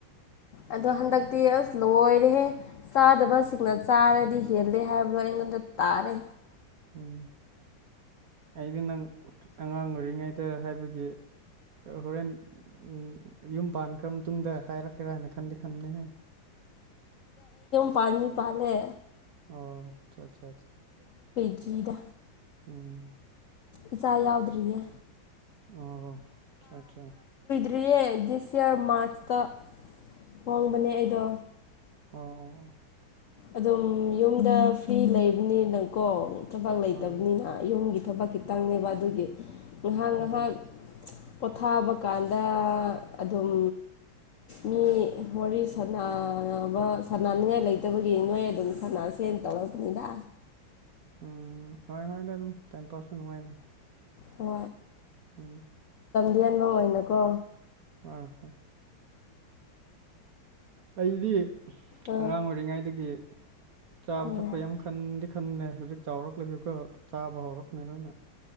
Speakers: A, on the left; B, on the right.
A: ꯑꯗꯣ ꯍꯟꯗꯛꯇꯤ ꯑꯁ ꯂꯣꯏꯔꯦꯍꯦ ꯆꯥꯗꯕꯁꯤꯡꯅ ꯆꯥꯔꯗꯤ ꯍꯦꯜꯂꯦ ꯍꯥꯏꯕꯗꯣ ꯑꯩꯉꯣꯟꯗ ꯇꯥꯔꯦ
B: ꯎꯝ ꯑꯩꯗꯤ ꯅꯪ ꯑꯉꯥꯡ ꯑꯣꯏꯔꯤꯉꯩꯗ ꯍꯥꯏꯕꯒꯤ ꯍꯣꯔꯦꯟ ꯎ ꯌꯨꯝ ꯄꯥꯟꯈ꯭ꯔ ꯃꯇꯨꯡꯗ ꯍꯥꯏꯔꯛꯀꯦꯔꯥ ꯍꯥꯏꯅ ꯈꯟꯗꯦ ꯈꯅꯦ
A: ꯄꯥꯟꯅꯤ ꯄꯥꯂꯦ
B: ꯑꯣ ꯑꯆꯥ ꯑꯠꯆꯥ ꯑ
A: ꯆꯗ
B: ꯎꯝ
A: ꯏꯁꯆꯥꯥ ꯌꯥꯎꯗꯔꯤꯌꯦ
B: ꯑ ꯑꯆꯥ ꯑꯠꯆꯥ
A: ꯇ꯭ꯔꯤꯌꯦ ꯗꯤꯁ ꯌꯌꯥꯔ ꯃꯥꯔꯆꯇ ꯍꯣꯡꯕꯅꯦ ꯑꯩꯗꯣ
B: ꯑꯣ ꯑꯣ
A: ꯑꯗꯨꯝ ꯌꯨꯝꯗ ꯐ꯭ꯔꯤ ꯂꯩꯕꯅꯤꯅꯀꯣ ꯊꯕꯥꯛ ꯂꯩꯇꯕꯅꯤꯅ
B: ꯍꯣꯏ
A: ꯌꯨꯝꯒꯤ ꯊꯕꯛ ꯈꯤꯇꯪꯅꯦꯕ ꯑꯗꯨꯒꯤ ꯉꯥꯏꯍꯥꯛ
B: ꯎꯝ
A: ꯉꯥꯏꯍꯥꯛ ꯄꯣꯊꯥꯕ ꯀꯥꯟꯗ ꯑꯗꯨꯝ ꯃꯤ ꯋꯥꯔꯤ ꯁꯥꯟꯅꯕ ꯁꯥꯟꯅꯅꯤꯡꯉꯥꯏ ꯂꯩꯇ ꯅꯠꯇꯕꯒꯤ ꯅꯣꯏ ꯑꯗꯨꯝ ꯁꯅ ꯁꯦꯟ ꯇꯧꯔꯛꯄꯅꯤꯗ
B: ꯎꯝ ꯍ ꯍ ꯏꯝ ꯇꯥꯏꯝ ꯄꯥꯁꯁꯨ ꯅꯅꯨꯡꯉꯥꯏꯅꯦ
A: ꯍ
B: ꯑꯣ
A: ꯌꯦꯦꯟꯕ ꯑꯣꯏꯅꯀꯣ
B: ꯍꯣꯏ ꯍꯣꯏ ꯑꯩꯗꯤ
A: ꯑꯥ
B: ꯑꯉꯥꯡ ꯑꯣꯏꯔꯤꯉꯩꯗꯒꯤ ꯆꯥꯕ
A: ꯎꯝ
B: ꯊꯛꯄ ꯌꯥꯝ ꯈꯟ ꯈꯟꯅꯦ ꯍꯧꯖꯤꯛ ꯆꯥꯎꯔꯛꯂꯒꯒ ꯆꯥꯕ ꯍꯧꯔꯛꯅꯦ ꯂꯣꯏꯅ